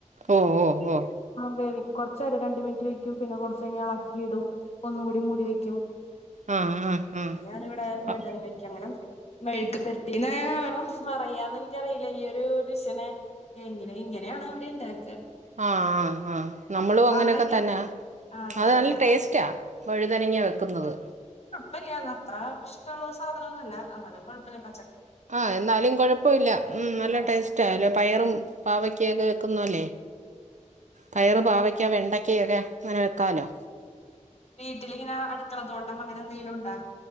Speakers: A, on the right; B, on the left.
A: ഓ ഓ ഓ
B: പേവിക്കുംകുറച്ച രണ്ട മിനിറ്റ് വെക്കും പിന്നെ കൊറച്ച് കഴിഞ്ഞാഞ് ഇളക്കി ഇടും ഒന്നും കൂടി മൂടി വെക്കും
A: ആ ആ ആ
B: ഞൻ ഇവിടെ വൈദനക്കങ്ങനെ
A: ആ
B: മെഴുക്ക് പരത്തി മറയാന്ന് എനിക്കറിയില്ല ഈയ ഒരു ദഷനെ എങ്ങനെ ഇങ്ങനെ ആണ അവിടെ ഉണ്ടാക്കുക
A: ആ ആ ആനമ്മളും അങ്ങനെയൊക്കെ
B: അവിടെ ഇങ്ങ
A: തന്നെ
B: അതെല്ലേ
A: അത് നല്ല ടേസ്റ്റാ
B: ആഹ്
A: വഴുതനങ്ങ വെക്കുന്നത്
B: വല്ല അത്ര ഇഷ്ടുള്ള സാധനം ഒന്നുമല്ല അങ്ങനെ കുഴപ്പ
A: ആ എന്നാലും കുഴപ്പമില്ല ഉം നല്ല
B: ആഹ്
A: ടേസ്റ്റാ ലോ പയറും പാവക്കൊക്ക വെക്കുന്നു അല്ലേ പയറ് പാവക്ക വെണ്ടക്ക ഒക്കെ അങ്ങനെ വെക്കാലോ
B: വീട്ടിലിങ്ങനെ അടുക്കളത്തോട്ടം അങ്ങനെ എന്തെങ്കിലും ഉണ്ടോ